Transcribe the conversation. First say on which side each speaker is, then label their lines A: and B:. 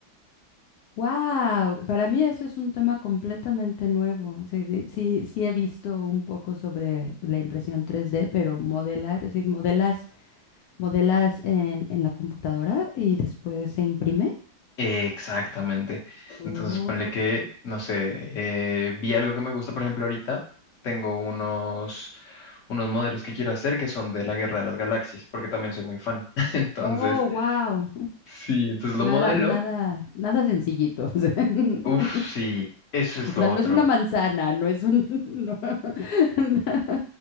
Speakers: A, on the left; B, on the left.
A: Wow, para mí eso es un tema completamente nuevo. Sí, de- sí, sí he visto un poco sobre la impresión 3D, pero modelar, es decir, modelas, modelas en, en la computadora y después se imprime.
B: Exactamente.
A: Oh,
B: Entonces, ponle que, no sé, eh, vi algo que me gusta, por ejemplo, ahorita tengo unos, unos modelos que quiero hacer que son de la Guerra de las Galaxias, porque también soy muy fan. <laughs> Entonces,
A: oh, wow.
B: sí, entonces lo
A: Nada,
B: modelo.
A: nada, nada sencillito. O sea, <laughs>
B: Uf, sí, eso es lo
A: o sea,
B: otro.
A: no es una manzana, no es un, <laughs> no, <laughs>